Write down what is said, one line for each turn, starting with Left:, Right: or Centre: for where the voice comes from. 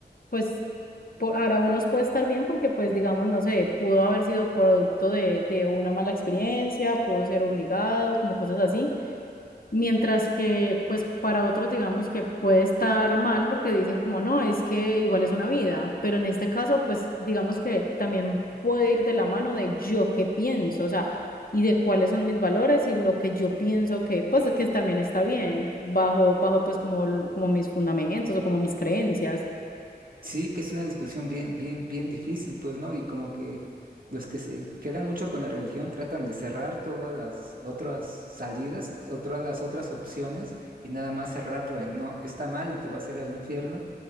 Left: pues por, ahora unos puede estar bien porque pues digamos, no sé, pudo haber sido producto de, de una mala experiencia, pudo ser obligado, como cosas así, mientras que pues para otros digamos que puede estar mal porque dicen como no, es que igual es una vida, pero en este caso pues digamos que también puede ir de la mano de yo qué pienso, o sea, y de cuáles son mis valores y lo que yo pienso que pues que también está bien, bajo bajo pues como como mis fundamentos o como mis creencias.
Right: Sí, que es una discusión bien, bien, bien difícil, pues, ¿no? Y como que los que se quedan mucho con la religión tratan de cerrar todas las otras salidas, otras las otras opciones y nada más cerrarlo en, no, está mal y te vas a ir al infierno